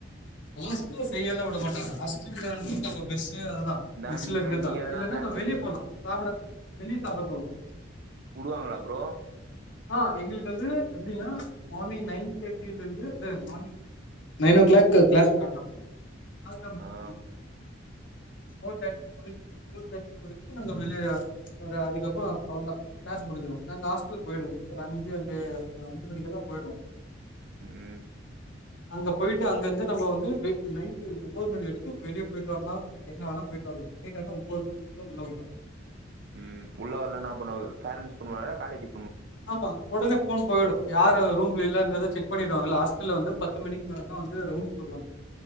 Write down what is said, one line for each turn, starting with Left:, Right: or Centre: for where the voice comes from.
Left: ஹாஸ்டல்ல செய்யல்லாம் விட மாட்டாங்க ஹாஸ்டல்ல நம்ப மெஸ்சு அதுதான்
Right: இதா
Left: மெஸ்ல
Right: நீங்க
Left: இருக்குதுதான்
Right: நீங்க எதனா
Left: இல்லன்னா
Right: பிளான்
Left: நம்ம
Right: பண்ணி
Left: வெளிய போலாம் சாப்பிட வெளிய சாப்பிட போலாம்
Right: உடுவாங்களா ப்ரோ
Left: ஆ எங்களுக்கு வந்து எப்டின்னா மார்னிங் நைன் தேர்ட்டிலேர்ந்து morning nine o'clock class start ஆகும்
Right: ஆ
Left: <inaudible> முடியும் போஃர் தேட்டி முடி போஃர் தேட்டி முடிச்சு நாங்க வெளிய ஒரு அதுகப்பம் அவ்ல்தான் கிளாஸ் முடிஞ்சிரும் நாங்க ஹாஸ்டலுக் போய்டுவோம் ஒரு அஞ்சு அஞ்சே ஹால் அஞ்சு மணிக்குல்லாம் போயிடுவோம்
Right: ம்
Left: அங்க போயிட்டு அங்கருந்து நம்ப வந்து நைட்டு ஒன்பது மணி வரைக்கும் வெளிய போயிட்டு வரலாம் எங்க வேணா போயிட்டு வரலாம் நைட்டு ஆனா ஒன்பது மணிகுல்ல உள்ள வந்துரனும்
Right: ம் உள்ள வரலன்னா அப்பனா பேரண்ட்ஸ் பண்ணுவாங்களா காலேஜி
Left: ஆமா உடனே ஃப்போன் போயிடும் யாரு ரூம்ல இல்லன்றத செக் பண்ணிருவாங்கள ஹாஸ்டல்ல வந்து பத்து மணிக்கு மேலதான் வந்து ரவுண்ட்ஸ் வருவாங்க